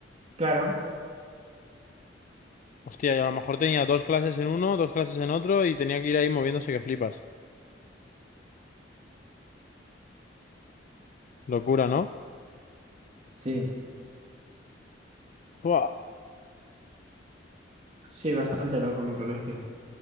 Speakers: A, on the right (about 35°); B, on the left (about 45°).
A: Claro,
B: Hostia, y a lo mejor tenía dos clases en uno, dos clases en otro y tenía que ir ahí moviéndose que flipas. Locura, ¿no?
A: sí,
B: Buah,
A: sí, bastante loco mi colegio.